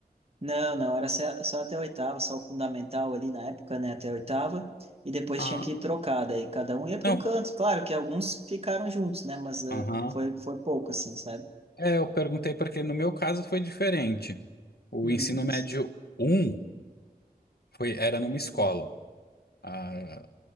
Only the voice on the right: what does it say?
Não, não, era só só até a oitava, só o fundamental ali na época, né? Até a oitava. E depois
tinha que ir trocar, daí cada um ia para
um canto. Claro que alguns ficaram juntos, né? Mas eh,
foi, foi pouco, assim, sabe?
Uhum,